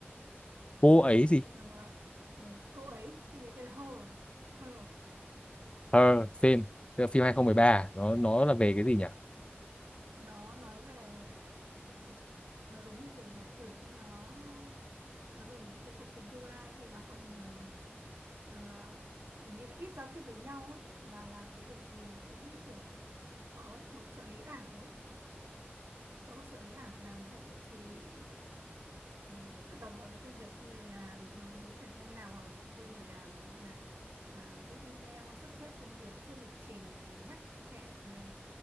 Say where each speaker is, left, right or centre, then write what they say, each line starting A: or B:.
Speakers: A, on the left; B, on the right.
A: cô ấy gì
B: nó nó ừ, cô ấy phim ấy tên là hơ hơ
A: Her phim Tức là phim 2013 nó nó là về cái gì nhỉ
B: nó nói về ừ, nó giống như kiểu giả tưởng nhưng nó nói về một cái cuộc sống tương lai khi mà con người ờ, gần như là ít giao tiếp với nhau ấy mà làm cái việc gì cũng kiểu có một trợ lý ảo ấy có một trợ lý ảo làm hộ thì Ờ, tất tất cả mọi cái công việc như là bình thường mình vẫn phải hay làm hoặc là mình phải thuê người làm như là à, viết email sắp xếp công việc sắp xếp lịch trình này nhắc hẹn này